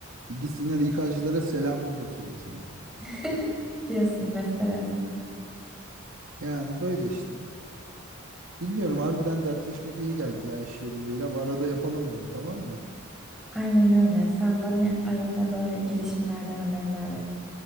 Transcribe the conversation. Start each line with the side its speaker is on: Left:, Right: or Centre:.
Right: Gitsinler İK'cılara selamımı da söylesinler.
Centre: <laughs> Diyorsun Besteres.
Right: Yani böyle işte. Bilmiyorum harbiden dertleşmek iyi geldi ya iş yerinde İrem. Arada yapalım bunu tamam mı?
Centre: Aynen öyle. Sen bana arada böyle gelişmelerden haberdar et.